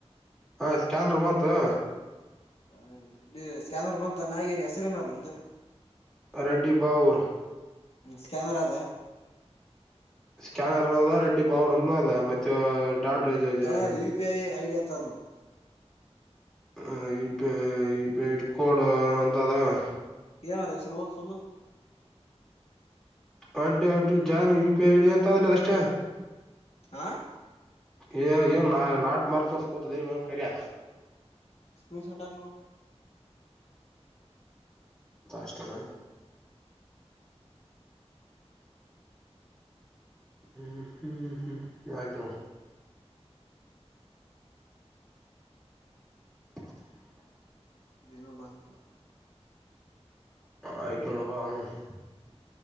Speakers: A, in the centre; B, on the left.
A: ಹಾ ಸ್ಕ್ಯಾನರ್ ಬಂತು
B: ಹ ಸ್ಕ್ಯಾನರ್ ಬಂತ ಮ್ಯಾಗಿನ್ ಹೆಸರಿನ ಅದು ನಿಂದು
A: ರೆಡ್ಡಿ ಬಾವೂರ್
B: ಹ್ಮ್ ಸ್ಕ್ಯನರ್ ಆದಾ
A: ಸ್ಕ್ಯಾನರ್ನ ಅದ ರೆಡ್ಡಿ ಬಾವರ್ ಅಂತನ ಅದ ಮತ್ತೆ ಡಾಟ್ ದ್ ದ್
B: ತೆಳಗ
A: ದ್
B: U P I I D ಅಂತ ಅದ್ ನೋಡ್
A: ಹ ಈ ಪ ಈ ಪೇಡ್ ಕೋಡ್ ಅಂತ ಅದವೆ
B: ಏನ ದ ಹೆಸರ್ರುವೋದು ಫುಲು
A: ಒನ್ ಟೆಂಟಿ ಜಾನ್ ವಿಪಿಐ ಇಡಿ ಅಂತ ಅದ್ಲೇ ಅದ ಅಷ್ಟೇ
B: ಆ
A: ಎ ಎಏ ನಾಟ ಮಾರ್ಗ ತೋರ್ಸು ತದೆ ನಿಮ್ಮೊನು ಕರಿಯ
B: ಸ್ಕ್ರೀನ್ ಶಾಟ್ ಆಕು ನೋಡುಮು
A: ಮತ್ತೆ ಅಷ್ಟೇ ಇರು ಹ್ಮ್ ಹ್ಮ್ ಆಕಿನ್ ನೋಡು <inaudible>
B: ಇನ್ನ ಬಂದಿಲ್ಲ
A: ಆಕಿನ್ ನೋಡು ಪಾ ಹೂ <unintelligible>